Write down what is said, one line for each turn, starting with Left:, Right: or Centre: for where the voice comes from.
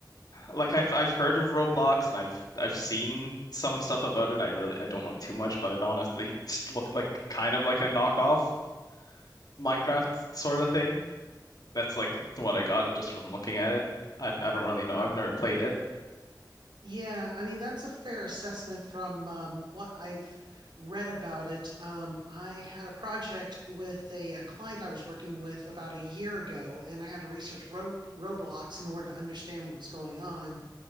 Left: like I've I've heard of Roblox and I've I've seen some stuff about it. I really I don't know too much, but it honestly just looked like kind of like a knockoff Minecraft sort of thing. That's like what I got just from looking at it. I I don't really know. I've never played it.
Right: Yeah, I mean that's a fair assessment from um, what I've read about it. Um, I had a project with a, uh client I was working with about a year ago, and I had to research road roadblocks in order to understand what was going on.